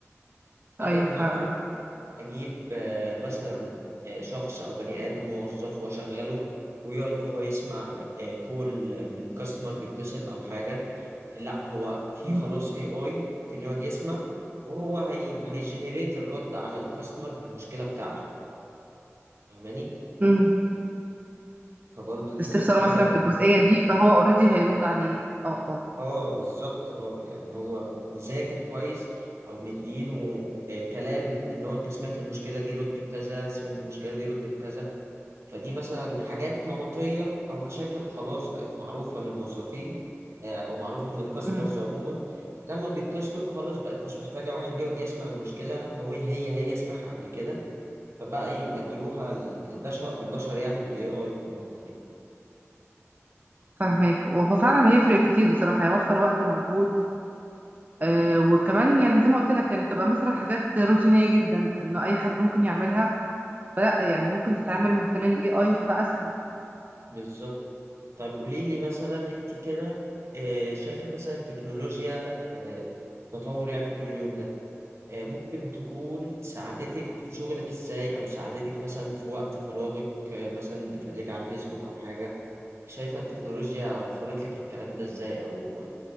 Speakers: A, on the right (about 60°); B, on the right (about 35°).
A: بدل
B: ايوه فعلا
A: ما انا اجيب آه، مثلا آه، شخص او بني ادم موظف واشغله ويقعد هو يسمع آه، كول من كاستمر بيتصل او حاجه لا هو في
B: مم.
A: خلاص اي اي ممكن يقعد يسمع وهو هي هيجنريت الرد على الكاستمر بالمشكله بتاعته فاهماني
B: مم.
A: فبرضه دي
B: استفساره
A: كانت حاجه
B: مثلا
A: من
B: في الجزئيه دي فهو اوريدي هيرد عليه اه اه
A: اه بالظبط اه يعني هو مذاكر كويس او مدينه آه، كلام ان هو انت سمعت المشكله دي رد بكذا سمعت المشكله دي رد بكذا فدي مثلا حاجات نمطية أو مشاكل خلاص بقت معروفة للموظفين آه، أو معروفة من الكاستمرز
B: مم.
A: عموما لما بيتصلوا فخلاص بقت مش محتاجة واحد يقعد يسمع المشكلة هو هي هي سمعها قبل كده فبقى يبدلوها ال- البشر البشر يعني بالاي اي في النقطة دي
B: فاهمك وهو فعلا هيفرق كتير بصراحه هيوفر وقت ومجهود آه وكمان يعني زي ما قلت لك يعني تبقى مثلا حاجات روتينيه جدا انه اي حد ممكن يعملها فلا يعني ممكن تتعامل من خلال الاي اي وتبقى اسهل
A: بالظبط طب قولي لي مثلا انت كده آه، شايفة مثلا التكنولوجيا آه، تطور يعني كل يوم ده آه، ممكن تكون ساعدتك في شغلك ازاي او ساعدتك مثلا في وقت فراغك آه، مثلا بتقلبي على الفيسبوك او حاجة شايفة التكنولوجيا وفرت لك الكلام ده ازاي او